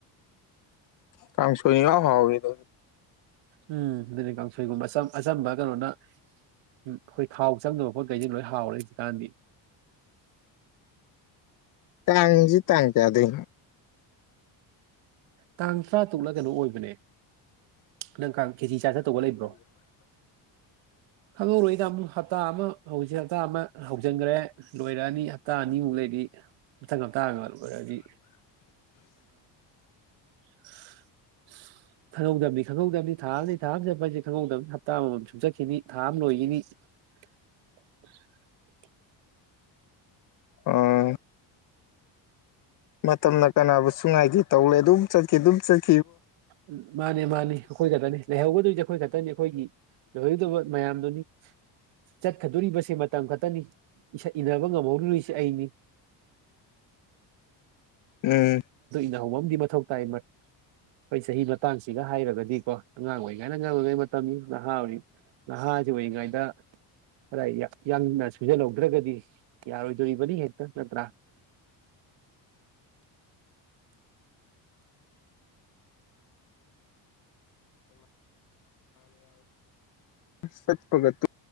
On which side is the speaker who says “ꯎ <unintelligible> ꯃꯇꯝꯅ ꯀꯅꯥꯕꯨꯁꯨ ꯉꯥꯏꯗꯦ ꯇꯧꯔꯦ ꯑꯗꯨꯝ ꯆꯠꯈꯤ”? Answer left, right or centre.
Left